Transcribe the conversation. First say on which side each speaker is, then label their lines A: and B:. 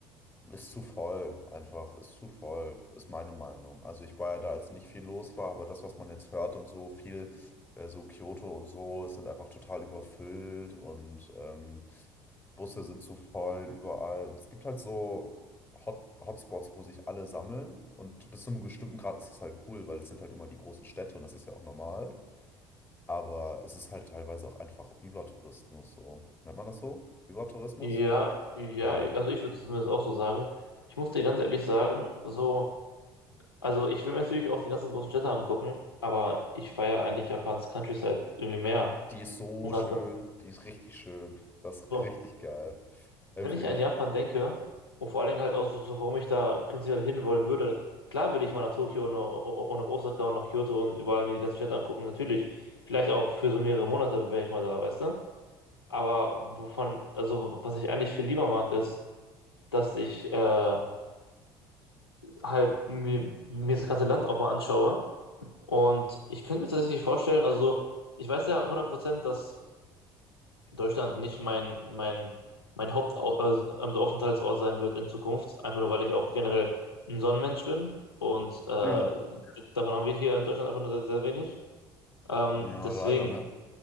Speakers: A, on the left; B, on the left.
A: Ist zu voll, einfach, ist zu voll, ist meine Meinung. Also ich war ja da, als nicht viel los war, aber das, was man jetzt hört und so, viel, äh, so Kyoto und so, es sind einfach total überfüllt und ähm, Busse sind zu voll überall. Und es gibt halt so Hot Hotspots, wo sich alle sammeln. Und bis zu einem bestimmten Grad ist es halt cool, weil es sind halt immer die großen Städte und das ist ja auch normal. Aber es ist halt teilweise auch einfach Übertourismus so. Nennt man das so? Übertourismus?
B: Ja, ja,
A: Ähm,
B: also ich würde zumindest auch so sagen. Ich muss dir ganz ehrlich sagen, so, also ich will mir natürlich auch die ganzen großen Städte angucken, aber ich feiere eigentlich Japans Countryside irgendwie mehr.
A: Die ist so
B: Und ganz
A: schön,
B: genau.
A: die ist richtig schön. Das ist
B: So,
A: richtig geil. Empfehle
B: wenn ich an
A: ich.
B: Japan denke, und vor allen Dingen halt auch so, so, warum ich da prinzipiell hinwollen würde, klar will ich mal nach Tokio und, und nach Osaka und nach Kyoto und überall mir die ganzen Städte angucken, natürlich. Vielleicht auch für so mehrere Monate wäre ich mal da, weißt du? Aber wovon, also was ich eigentlich viel lieber mag, ist, dass ich äh, halt mir, mir das ganze Land auch mal anschaue. Und ich könnte mir tatsächlich vorstellen, also so, ich weiß ja 100%, dass Deutschland nicht mein, mein, mein Hauptaufenthaltsort sein wird in Zukunft, einfach nur weil ich auch generell ein Sonnenmensch bin. Und äh,
A: Ja.
B: davon haben wir hier in Deutschland einfach nur sehr, sehr wenig. Ähm,
A: Ja,
B: deswegen,
A: leider, ne?